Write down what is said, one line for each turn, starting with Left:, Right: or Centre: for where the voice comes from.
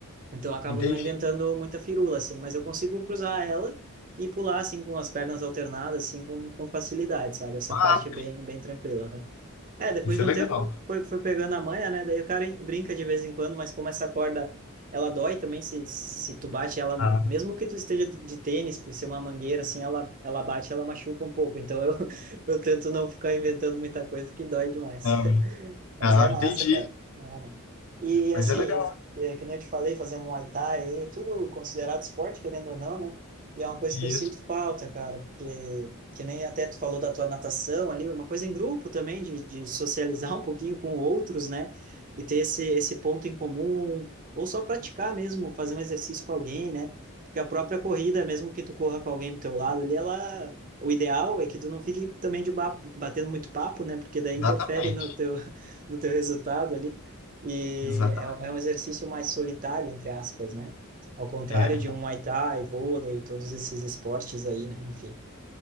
Right: então eu acabo
Left: Entendi.
Right: não inventando muita firula, assim, mas eu consigo cruzar ela e pular, assim, com as pernas alternadas, assim, com, com facilidade, sabe? Essa
Left: Ah,
Right: parte é bem,
Left: sim,
Right: bem tranquila, né? É, depois
Left: isso
Right: de
Left: é
Right: um
Left: legal.
Right: tempo foi, foi pegando a manha, né? Daí o cara brinca de vez em quando, mas como essa corda, ela dói também se, se tu bate ela no...
Left: Ah,
Right: Mesmo que tu esteja de, de tênis, por ser uma mangueira, assim, ela, ela bate, ela machuca um pouco. Então eu, <laughs> eu tento não ficar inventando muita coisa que dói demais.
Left: não,
Right: Mas
Left: ah,
Right: é massa,
Left: entendi.
Right: cara. Não, E
Left: Mas
Right: assim,
Left: é legal.
Right: eu, é, que nem eu te falei, fazer um Muay Thai, aí, é tudo considerado esporte, querendo ou não, né? E é uma coisa
Left: Isso,
Right: que eu sinto falta, cara, porque que nem até tu falou da tua natação ali, uma coisa em grupo também, de, de socializar um pouquinho com outros, né? E ter esse, esse ponto em comum, ou só praticar mesmo, fazer um exercício com alguém, né? Porque a própria corrida, mesmo que tu corra com alguém do teu lado ali, ela. O ideal é que tu não fique também de ba- batendo muito papo, né? Porque daí
Left: exatamente.
Right: interfere no teu, do teu resultado ali. E
Left: Exatamente.
Right: é, é um exercício mais solitário, entre aspas, né? Ao contrário
Left: é
Right: de um Muay Thai, vôlei, todos esses esportes aí, né? Enfim,